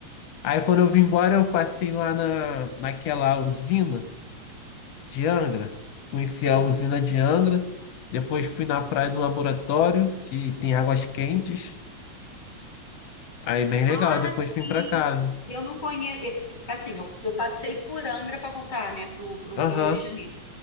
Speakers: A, on the left; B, on the left.
A: Aí quando eu
B: Ah,
A: vim embora eu passei lá na naquela usina de Angra, conheci
B: Sim.
A: a usina de Angra, depois fui na praia do laboratório que tem águas quentes. Aí bem
B: Ah,
A: legal, depois
B: sim.
A: vim para casa.
B: Eu não conheço. Assim, eu, eu passei por Angra para voltar, né, pro, pro
A: Aham.
B: Rio de Janeiro.